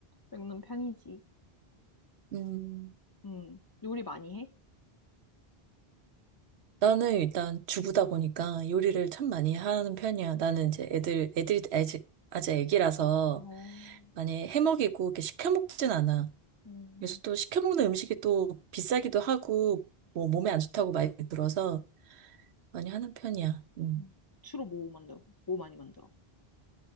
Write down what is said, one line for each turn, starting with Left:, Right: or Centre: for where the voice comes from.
Left: 먹는 편이지.
Right: 음.
Left: 음, 요리 많이 해?
Right: 나는 일단 주부다 보니까 요리를 참 많이 하는 편이야. 나는 이제 애들, 애들이 아직, 아직 애기라서
Left: 어,
Right: 많이 해먹이고 이렇게 시켜 먹진 않아.
Left: 음.
Right: 그래서 또 시켜 먹는 음식이 또 비싸기도 하고 뭐 몸에 안 좋다고 많이 들어서 많이 하는 편이야. 음.
Left: 음. 주로 뭐 만들어? 뭐 많이 만들어?